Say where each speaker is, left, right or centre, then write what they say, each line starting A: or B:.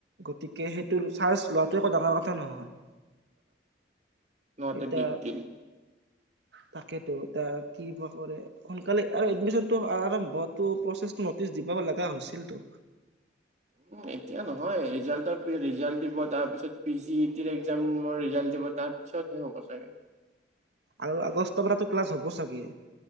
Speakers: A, on the right; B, on the right.
A: গতিকে সেইটো চাৰ্জ লোৱাটো একো ডাঙৰ কথা নহয়।
B: ন
A: এতিয়া
B: এ বিগ দিল-
A: তাকেতো এ কি বা কৰে সোনকালে- আৰু এডমিচনটো আৰম্ভ প্ৰচছটো নটিচ দিব লগা হৈছিলতটো।
B: উ এতিয়া নহয় ৰিজালট ৰিজালট দিব তাৰ পিছত। জি ই টিৰ একজামৰ ৰিজাল্ট দিব তাৰ পিছতহে হ'ব চাগে।
A: আৰু আগষ্টৰ পৰাতো ক্লাছ হ'ব চাগে।